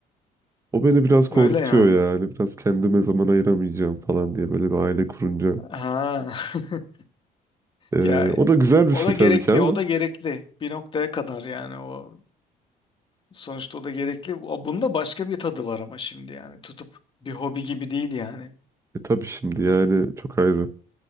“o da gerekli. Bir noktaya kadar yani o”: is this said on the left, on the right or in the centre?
Left